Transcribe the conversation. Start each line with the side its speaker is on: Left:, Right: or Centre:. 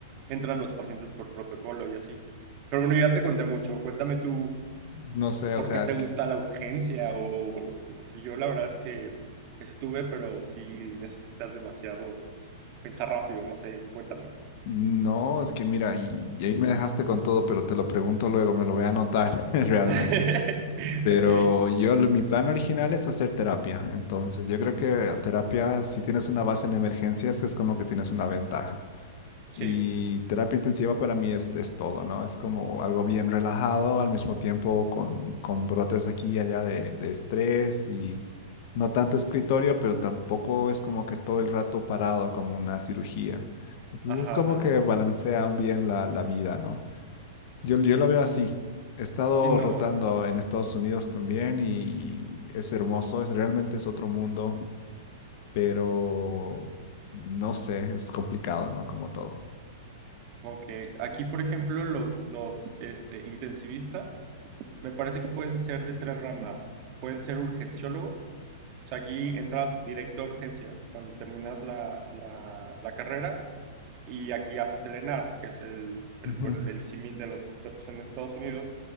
Right: entran los pacientes por protocolo y así. Pero bueno, ya te conté mucho. Cuéntame tú
Left: No sé,
Right: por
Left: o sea,
Right: qué te
Left: es que,
Right: gusta la urgencia o bueno, porque yo la verdad es que estuve, pero sí necesitas demasiado pensar rápido, no sé, cuéntame.
Left: no, es que mira, y, y ahí me dejaste con todo, pero te lo pregunto luego, me lo voy a anotar <laughs> realmente.
Right: <laughs>
Left: Pero
Right: Ok,
Left: yo, lo- mi plan original es hacer terapia. Entonces, yo creo que a terapia, si tienes una base en emergencias, es como que tienes una ventaja.
Right: sí.
Left: Y terapia intensiva para mí es, es todo, ¿no? Es como algo bien relajado, al mismo tiempo con, con brotes aquí y allá de, de estrés y no tanto escritorio, pero tampoco es como que todo el rato parado como una cirugía. Entonces,
Right: Ajá,
Left: es como
Right: ajá.
Left: que balancea bien la, la vida, ¿no? Yo, yo la veo así. He estado
Right: Sí, no,
Left: rotando en Estados Unidos también y es hermoso, es realmente es otro mundo, pero no sé, es complicado, ¿no? Como todo.
Right: como que aquí, por ejemplo, los, los este, intensivistas, me parece que pueden ser de tres ramas. Pueden ser urgenciólogos, o sea, aquí entras directo a urgencias cuando terminas la, la, la carrera y aquí haces el ENAR, que es el, el,
Left: Ujú.
Right: por el símil de los STEPS en Estados Unidos.